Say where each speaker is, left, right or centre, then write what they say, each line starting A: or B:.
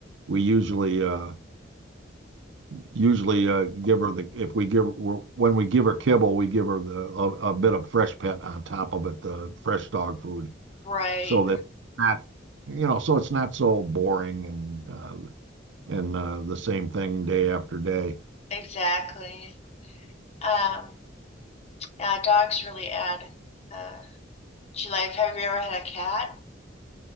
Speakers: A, on the right; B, on the left.
A: We usually uh, usually uh, give her the if we give we're, when we give her kibble, we give her the a, a bit of fresh pet on top of it, the fresh dog food.
B: Right,
A: so that not, you know, so it's not so boring and uh, and uh, the same thing day after day.
B: exactly. Um, yeah, dogs really add uh, to life. Have you ever had a cat?